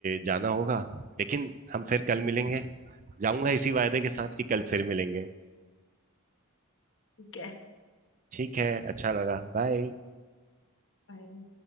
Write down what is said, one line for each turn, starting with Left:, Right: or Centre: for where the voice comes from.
Right: जाना होगा लेकिन हम फिर कल मिलेंगे जाऊंगा इसी वायदे के साथ कि कल फिर मिलेंगे
Left: ठीक है
Right: ठीक है अच्छा लगा बाय
Left: बाय।